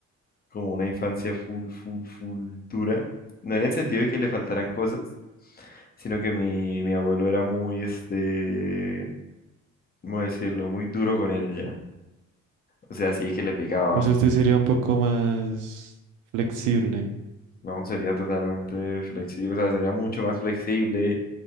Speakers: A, on the left; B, on the right.
A: como una infancia full, full, full dura. No en el sentido de que le faltaran cosas, sino que mi, mi abuelo era muy, este, ¿cómo decirlo? Muy duro con él ya. O sea, sí que le pegaba,
B: O sea, usted sería un poco más flexible.
A: ¿no? Sería totalmente flexible, o sea, sería mucho más flexible.